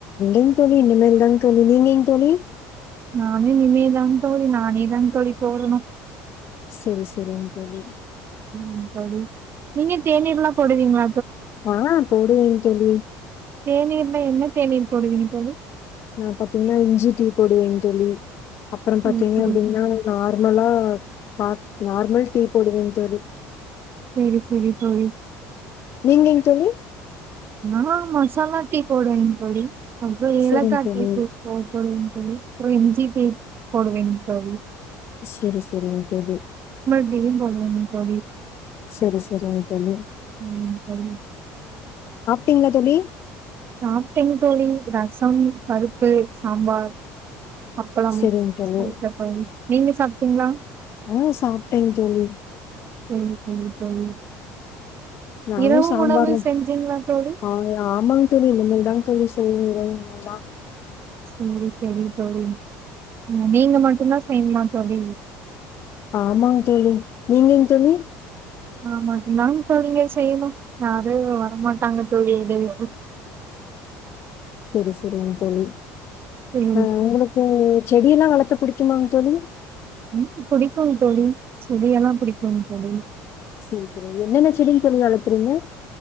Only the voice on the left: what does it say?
இ தோழி இனிமேல் தான் தோழி நீ நீ தோணி
சரி சரி அ சொி
ஆஹ் போடுவேங்க தோழி
நா பாத்தீங்கன்னா இஞ்சி டீ போடுவேங்க தோலி அப்றோ
பாத்தீங்க
அப்டின்னா நார்மலா பா நார்மல் டீ போடுவே தோழி
நீங்கஎங்க தோழி
சரிங்க தோழி.
செரி செரிங்க தோழி
செரி செரிங்க தோழி
பிங்க தோழி
சரிங்க தோழி.
ஆஹ் சாப்பிட்டேன் தோழி
நானு
சம்பார்
ஆஹ் ஆமாங்க தோழி <inaudible>
ஆமாங்க தோழி நீங்கங்க தோழி
செரி-செரி தோழி
ஆஹ் உங்களுக்கு செடியெல்லாம் வள பிடிக்க வாங்க தோழி
சரி சரி என்னென்ன செடி தொழில் வளர்த்துறீங்க